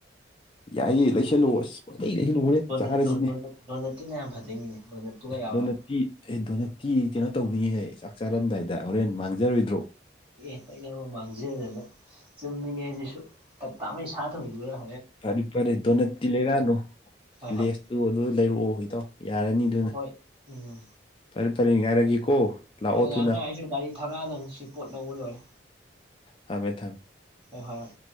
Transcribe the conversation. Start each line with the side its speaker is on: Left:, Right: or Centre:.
Left: ꯌꯥꯏꯌꯦ ꯂꯩꯁꯜꯂꯛꯑꯣ ꯄꯪꯂꯩ ꯂꯩꯁꯜ ꯂꯛ ꯑꯣꯅꯦ
Right: ꯗꯣꯅꯠꯇꯨ
Left: ꯆꯥꯔꯁꯤꯅꯦ
Right: ꯗꯣꯅꯠꯇꯨꯅ ꯌꯥꯝ ꯐꯗꯣꯏꯅꯤꯅꯦ ꯗꯣꯅꯠꯇꯨꯒ ꯌꯥꯎꯔꯛꯑꯒꯦ
Left: ꯗꯣꯅꯠꯇꯤ ꯗ ꯀꯩꯅꯣ ꯇꯧꯅꯤꯡꯍꯦ ꯆꯥꯛ ꯆꯥꯔꯝꯗꯥꯏꯗ ꯍꯣꯔꯦꯟ ꯃꯥꯡꯖꯔꯣꯏꯗ꯭ꯔꯣ
Right: ꯑꯦ ꯍꯣꯏ ꯅꯪꯉꯣ ꯃꯥꯡꯖꯗꯅ ꯆꯨꯝꯃꯤꯅꯦ ꯑꯗꯨꯁꯨ ꯇꯞ ꯇꯥꯉꯩ ꯁꯥ ꯊꯣꯡꯅꯤ ꯂꯣꯏꯔ
Left: ꯐꯔꯦ ꯐꯔꯦ ꯗꯣꯅꯠꯇꯤ ꯂꯩꯔꯛꯑꯅꯨ
Right: ꯍꯣꯏ
Left: ꯂꯦꯁ
Right: ꯍꯣꯏ
Left: ꯇ ꯂꯩꯔꯛꯑꯣ ꯏꯇꯥꯎ ꯌꯥꯔꯅꯤ ꯑꯗꯨꯅ
Right: ꯍꯣꯏ ꯎꯝ
Left: ꯐꯔꯦ ꯐꯔꯦ ꯉꯥꯏꯔꯒꯦꯀꯣ ꯂꯥꯛꯑꯣ
Right: ꯍꯣꯏ ꯉꯥꯏ
Left: ꯊꯨꯅ
Right: ꯉꯥꯏꯌꯨꯁꯦ ꯒꯥꯔꯤ ꯊꯧꯔꯛꯑꯗꯅꯤ ꯁꯤ ꯄꯣꯠ ꯂꯧꯕ ꯂꯣꯏꯔꯦ
Left: ꯊꯝꯃꯦ ꯊꯝꯃꯦ
Right: ꯍꯣꯏ ꯍꯣꯏ